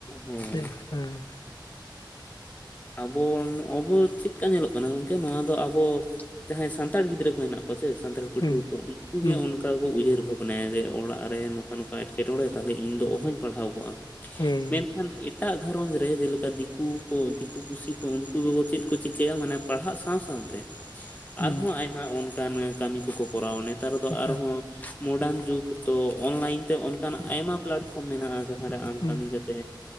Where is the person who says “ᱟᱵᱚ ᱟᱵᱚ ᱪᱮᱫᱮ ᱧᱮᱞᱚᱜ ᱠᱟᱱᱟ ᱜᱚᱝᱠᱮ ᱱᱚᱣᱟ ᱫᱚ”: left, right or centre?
Left